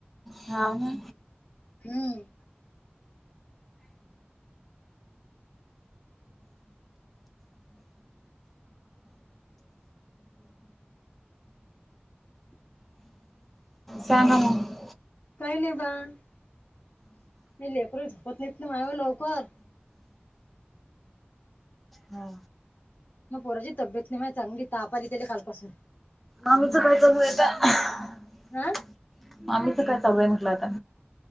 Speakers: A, in the centre; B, on the left.
A: हा व ना
B: हम्म हम् <unintelligible>
A: सांगा मग
B: काय नाही बा नाही लेकर झोपत नाहीत ना मा लवकर.
A: हा
B: मग पोराची तब्येत नाही मा चांगली ताप आली कालपासून.
A: आमीच काय चालू आहे आता
B: हा
A: आमीच काय चालू आहे म्हटलं आता.